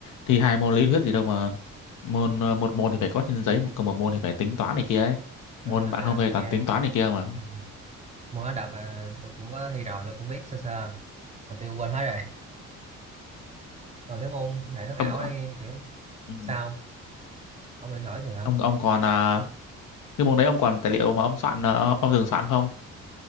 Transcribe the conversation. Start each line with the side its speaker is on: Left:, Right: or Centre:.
Left: thi hai môn lý thuyết gì đâu mà môn ờ, một môn thì phải có trên giấy, một còn một môn thì phải tính toán này kia ấy.
Right: Ờ,
Left: Môn
Right: là
Left: mạng
Right: bài
Left: không
Right: làm
Left: dây
Right: này
Left: toàn
Right: nghe.
Left: tính toán này kia mà.
Right: Ừ. môn đó đợt à, tôi cũng có thi rồi tôi cũng biết sơ sơ mà tôi quên hết rồi còn cái môn hệ thống ảo
Left: Ông có
Right: ấy kiểu
Left: ừ.
Right: sao ông định hỏi gì hả
Left: ông ông còn ờ, Cái môn đấy ông còn tài liệu mà ông soạn ờ, ông dừng soạn không?